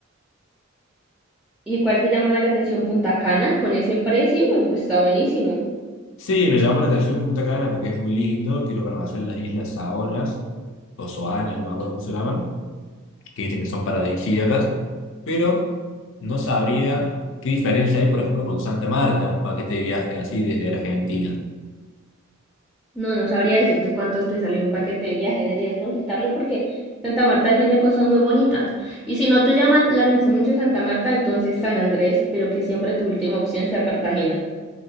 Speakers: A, in the centre; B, on the left.
A: ¿Y cuál te llama más la atención? Punta Cana, con ese precio, pues, pues, está buenísimo.
B: Sí, me llamó la atención Punta Cana porque es muy lindo. Quiero conocer las islas Saonas o Soanas, no me acuerdo cómo se llaman, que dicen que son paradisíacas, pero no sabría qué diferencia hay, por ejemplo, con Santa Marta, un paquete de viaje así desde Argentina.
A: No, no sabría decirte cuántos te salió un paquete de viaje, deberías consultarlo porque Santa Marta tiene cosas muy bonitas. Y si no te llama la atención mucho Santa Marta, entonces San Andrés, pero que siempre tu última opción sea Cartagena.